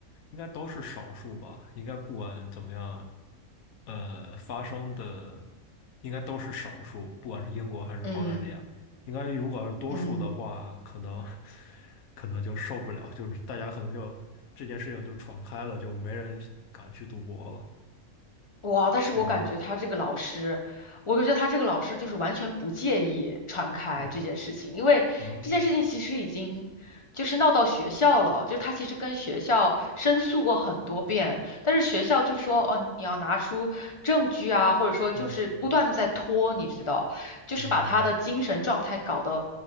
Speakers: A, on the left; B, on the left.
A: 应该都是少数吧。应该不管怎么样，呃，发生的应该都是少数，不管是英国还是澳大利亚。
B: 嗯
A: 应该如果要是多数的话，
B: 嗯。
A: 可能可能就受不了，就是大家可能就这件事情就传开了，就没人敢去赌博了
B: 哇！但是我感觉他这个老师，
A: 的这种。
B: 我感觉他这个老师就是完全不介意传开这件事情，
A: 嗯，
B: 因为这件事情其实已经就是闹到学校了，
A: 哦，
B: 就是他其实跟学校申诉过很多遍，但是学校就说哦，你要拿出证据啊，或者说就是不断的在拖，
A: 嗯
B: 你知道，就是把他的精神状态搞得
A: 嗯